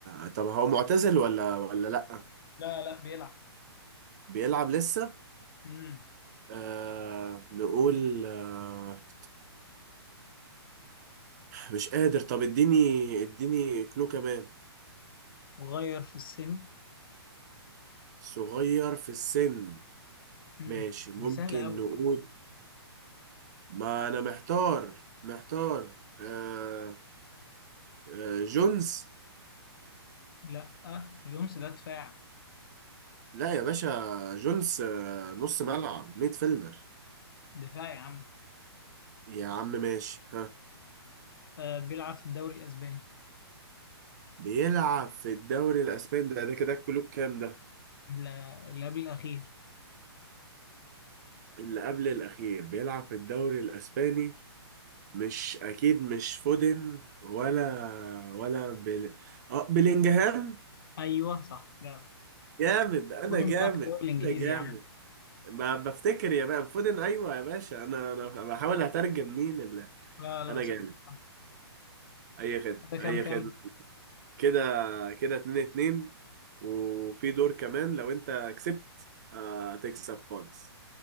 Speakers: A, on the right (about 40°); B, on the left (about 55°).
A: آه، طب هو معتزل ولا ولا لأ
B: لا لا بيلعب
A: بيلعب لسه
B: امم
A: آه نقول آه مش قادر طب اديني اديني كلو كمان
B: صغير في السن
A: صغير في السن
B: امم
A: ماشي ممكن
B: دي سهلة قوي
A: نقول ما انا محتار محتار آه آه جونز
B: لا جونس ده دفاع
A: لا يا باشا جونز آه نص ملعب ميد فيلدر
B: دفاع يا عم
A: يا عم ماشي ها
B: آه بيلعب في الدوري الاسباني
A: بيلعب في الدوري الاسباني ده ده كده الكلوب كام ده
B: لا اللي قبل الاخير
A: اللي قبل الاخير بيلعب في الدوري الاسباني مش اكيد مش فودن ولا ولا بل... اه بلينجهام
B: ايوه صح لا
A: جامد انا
B: ودن
A: جامد
B: بيلعب في الدوري الانجليزي
A: انا جامد
B: يا عم
A: ما بفتكر يا باشا فودن ايوه يا باشا انا انا بحاول اترجم مين اللي
B: لا لا
A: انا
B: صح
A: جامد
B: صح
A: اي خدمه
B: ده كام
A: اي
B: كام
A: خدمه كده كده اتنين اتنين وفي دور كمان لو انت كسبت آه تكسب خالص